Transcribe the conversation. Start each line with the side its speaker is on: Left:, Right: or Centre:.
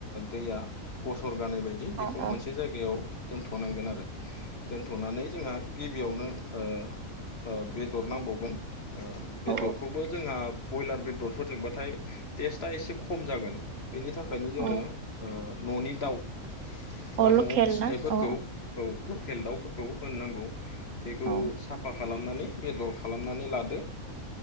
Left: दैया गसर जानाय बायदि बेखौ
Right: औ औ
Left: मोनसे जायगायाव दोनथ'नांगोन आरो दोनथ'नानै जोंहा गिबियावनो ओ ओ बेदर नांबावगोन बेदरखौबो
Right: औ
Left: जोंहा ब्रयलार बेदरफोरजोंबाथाय टेस्टआ एसे खम जागोन। बेनि थाखायनो जोङो
Right: औ
Left: न'नि दाउ बा
Right: औ लकेल
Left: न'आव फिसिनायफोरखौ
Right: ना औ
Left: औ लकेल दाउफोरखौ होनोनांगौ बेखौ
Right: औ
Left: साफा खालामनानै बेदर खालामनानै लादो